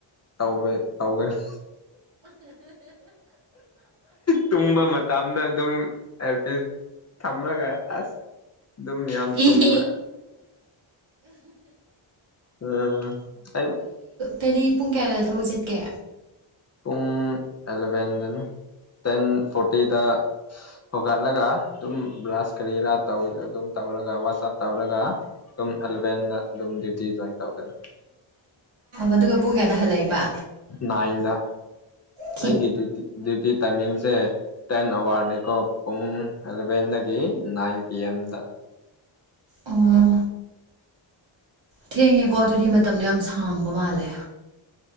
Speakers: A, on the left (about 35°); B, on the right (about 70°).
A: ꯇ ꯇꯧꯒꯅꯤ ꯇꯨꯝꯕ ꯃꯇꯝꯗ ꯑꯗꯨꯝ ꯑꯦꯔ ꯄꯁ ꯊꯥꯡꯝꯕꯂꯒ ꯑꯁ ꯑꯗꯨꯝ ꯌꯥꯝ ꯇꯨꯝꯃꯦ
B: ꯏ
A: ꯎꯝ ꯑꯩ
B: ꯀꯔꯤ ꯄꯨꯡ ꯀꯌꯥꯅꯣꯗ ꯊꯕꯛ ꯆꯠꯀꯦ
A: ꯄꯨꯡ ꯑꯦꯂꯚꯦꯟꯗꯅ ꯇꯦꯟ ꯐꯣꯔꯇꯤꯗ ꯍꯧꯒꯠꯂꯒ ꯑꯗꯨꯝ ꯕ꯭ꯂꯥꯁ ꯀꯔꯤꯔꯥ ꯑꯗꯨꯝ ꯇꯧꯔꯒ ꯋꯥꯆꯞ ꯇꯧꯔꯒ ꯑꯗꯨꯝ ꯑꯦꯂꯚꯦꯟꯗ ꯑꯗꯨꯝ ꯗꯤꯌꯇꯤ ꯖꯟ ꯇꯧꯕꯅꯦ
B: ꯑꯗꯨꯒ ꯄꯨꯡ ꯀꯌꯥꯗ ꯍꯜꯂꯛꯏꯕ
A: ꯅꯥꯏꯟꯗ
B: ꯊꯤ
A: ꯑꯩꯒꯤ ꯗ꯭ꯌꯨꯇꯤ ꯇꯥꯏꯃꯤꯡꯁꯦ ꯇꯦꯟ ꯑꯋꯥꯔ ꯅꯤꯀꯣ ꯄꯨꯡ ꯑꯦꯂꯕꯦꯟꯗꯒꯤ ꯅꯥꯏꯟ ꯄꯤ ꯑꯦꯝꯗ
B: ꯑꯣ ꯊꯦꯡꯉꯦꯀꯣ ꯑꯗꯨꯗꯤ ꯃꯇꯝꯗꯣ ꯌꯥꯝ ꯁꯥꯡꯕ ꯃꯥꯜꯂꯦ